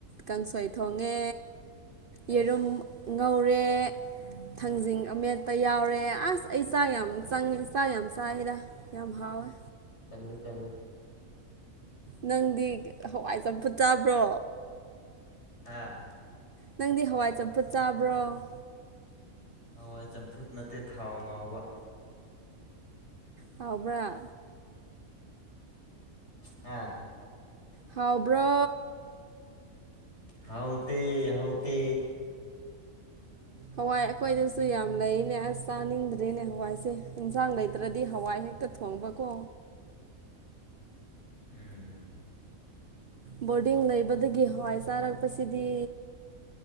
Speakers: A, on the right; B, on the left.
A: ꯀꯥꯡꯁꯣꯏ ꯊꯣꯡꯉꯦ ꯌꯦꯔꯨꯝ
B: ꯑꯁ
A: ꯉꯧꯔꯦ ꯊꯥꯡꯖꯤꯡ ꯑꯃꯦꯠꯇꯄ ꯌꯥꯎꯔꯦ ꯑꯁ ꯑꯩ ꯆꯥꯛ ꯌꯥꯝ ꯆꯪꯉꯤ ꯆꯥꯛ ꯌꯥꯝ ꯆꯥꯏꯔꯤꯗ ꯌꯥꯝ ꯍꯥꯎꯌꯦ
B: ꯇꯥꯜꯂꯦ- ꯇꯥꯜꯂꯦ
A: ꯅꯪꯗꯤ ꯍꯋꯥꯏ ꯆꯝꯐꯨꯠ ꯇꯥꯕ꯭ꯔꯣ
B: ꯍꯥ
A: ꯅꯪꯗꯤ ꯍꯋꯥꯏ ꯆꯝꯐꯨꯠ ꯆꯥꯕ꯭ꯔꯣ
B: ꯍꯋꯥꯏ ꯆꯝꯐꯨꯠ ꯅꯠꯇꯦ ꯊꯥꯎ ꯉꯧꯕ
A: ꯍꯥꯎꯕ꯭ꯔꯥ
B: ꯍꯥꯝ
A: ꯈꯥꯎꯕ꯭ꯔꯣ
B: ꯍꯥꯎ ꯇ ꯍꯥꯎ ꯇ
A: ꯍꯋꯥꯏ ꯑꯩꯈꯣꯏꯗꯁꯨ ꯌꯥꯝ ꯂꯩꯅꯦ ꯑꯁ ꯆꯥꯅꯤꯡꯗ꯭ꯔꯦꯅꯦ ꯍꯋꯥꯏꯁꯦ ꯏꯟꯁꯥꯡ ꯂꯩꯇ꯭ꯔꯗꯤ ꯍꯋꯥꯏ ꯍꯦꯛꯇ ꯐꯣꯡꯕ ꯀꯣ
B: ꯎꯝ
A: ꯕꯣꯔꯗꯤꯡ ꯂꯩꯕꯗꯒꯤ ꯍꯋꯥꯏ ꯆꯥꯔꯛꯄꯁꯤꯗꯤ